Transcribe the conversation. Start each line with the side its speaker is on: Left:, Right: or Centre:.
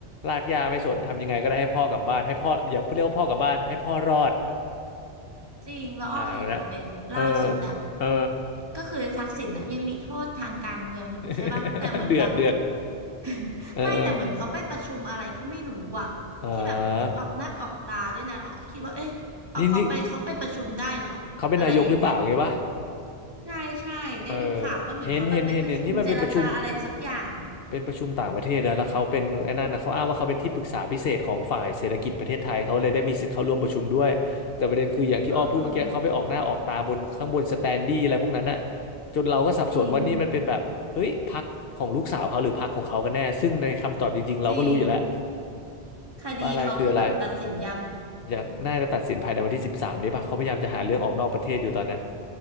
Left: ลากย่าไม่สนทำยังไงก็ได้ให้พ่อกลับบ้านให้พ่ออย่าเรียกว่าพ่อกลับบ้านให้พ่อรอด
Right: จริงแล้วอ้อเห็นนะเบนล่าสุดอ่ะ
Left: อ่าแล้วเออเออ
Right: ก็คือทักษิณน่ะยังมีโทษทางการเมืองอยู่ใช่ปะแต่เหมือนแบบ
Left: <laughs> เดือดเดือด
Right: <laughs>
Left: เออเออ
Right: ไม่แต่เหมือนเขาไปประชุมอะไรก็ไม่รู้อ่ะที่แบบเหมือนออกหน้าออกตาด้วยนะอ้อก็คิดว่าเอ๊ะเอาเขาไปเขาไปประชุมได้เหรออะไรอย่างเงี้ย
Left: อ่านี่นี่เขาเป็นนายกหรือเปล่าไงวะ
Right: ใช่ใช่ได้ดูข่าวป่ะเหมือนเขาแบบไปประชุมเจรจาอะไรสักอย่างอ่ะ
Left: เออเห็นเห็นเห็นเห็นที่มันเป็นประชุม เป็นประชุมต่างประเทศนะแล้วเขาเป็นไอ้นั่นนะเขาอ้างว่าเขาเป็นที่ปรึกษาพิเศษของฝ่ายเศรษฐกิจประเทศไทยเขาเลยได้มีสิทธิ์เข้าร่วมประชุมด้วยแต่ประเด็นคืออย่างที่อ้อพูดเมื่อกี้เขาไปออกหน้าออกตาบนข้างบนสแตนดี้อะไรพวกนั้นน่ะ
Right: เออ
Left: จนเราก็สับสนว่านี่มันเป็นแบบเฮ้ยพรรคของลูกสาวเขาหรือพรรคของเขากันแน่ซึ่งในคำตอบจริงๆเราก็รู้อยู่แล้ว
Right: จริงจริงคดีเขาคือแบบตัดสินยัง
Left: ว่าอะไรคืออะไรอย่างน่าจะตัดสินภายในวันที่สิบสามนี้ป่ะเขาพยายามจะหาเรื่องออกนอกประเทศอยู่ตอนเนี้